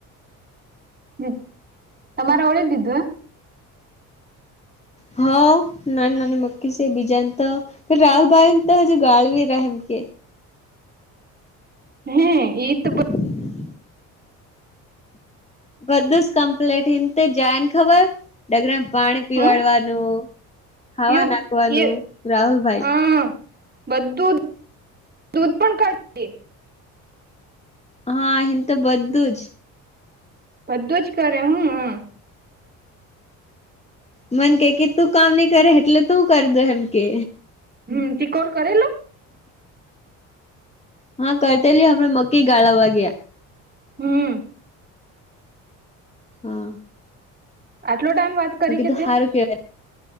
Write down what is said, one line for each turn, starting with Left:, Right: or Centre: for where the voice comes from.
Right: હ તમારે ઓળી દીધું હ,
Left: હા નાની નાની મક્કી છે બીજાને તો, રાહુલભાઈને તો હજુ ગાળવી રહમકે,
Right: હે એ તો બ
Left: <inaudible> બધું જ કમ્પ્લેટ ઇમ તો જાય ને ખબર, ડગરા પાણી પીવાડવાનું,
Right: હમ
Left: ખાવા
Right: યુ
Left: નાખવાનું,
Right: એ
Left: રાહુલભાઈ.
Right: હા બધું જ દૂધ પણ કાઢ થી,
Left: હા એમ તો બધું જ,
Right: બધું જ કરે હું હમમ,
Left: મને કે કે તું કામ નઈ કરે એટલે તું કરી દો એમ કે,
Right: હમ ત્રીકોણ કરેલો,
Left: હા કરતેલી હમણાં મક્કી ગાળાવા ગયા.
Right: હમ,
Left: હા,
Right: આટલો ટાઈમ વાત કરી
Left: મેં કીધું
Right: કે તે
Left: સારું કેવાય